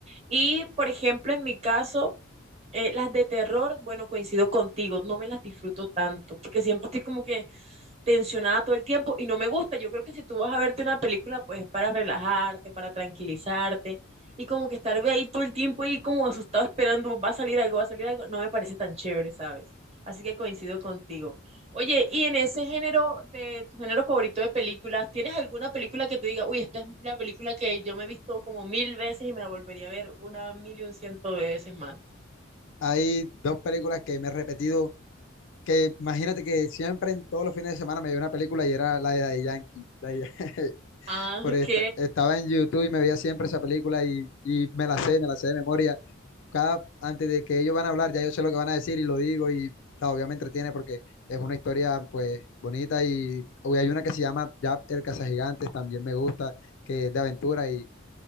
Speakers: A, on the right; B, on the left.
A: Y, por ejemplo, en mi caso, eh, las de terror, bueno, coincido contigo, no me las disfruto tanto, porque siempre estoy como que tensionada todo el tiempo y no me gusta. Yo creo que si tú vas a verte una película, pues es para relajarte, para tranquilizarte y como que estar de ahí todo el tiempo y como asustado esperando, va a salir algo, va a salir algo, no me parece tan chévere, ¿sabes? Así que coincido contigo. Oye, y en ese género, de tu género favorito de películas, ¿tienes alguna película que te diga, uy, esta es la película que yo me he visto como mil veces y me la volvería a ver una mil y un ciento veces más?
B: Hay dos películas que me he repetido, que imagínate que siempre en todos los fines de semana me veía una película y era la de Daddy Yankee. Daddy Yan- <laughs>
A: Ah,
B: por
A: ok,
B: esta- estaba en YouTube y me veía siempre esa película y, y me la sé, me la sé de memoria. cada, antes de que ellos van a hablar, ya yo sé lo que van a decir y lo digo y ta, obviamente entretiene porque es una historia pues bonita y hoy hay una que se llama ya El Cazagigantes, también me gusta, que es de aventura y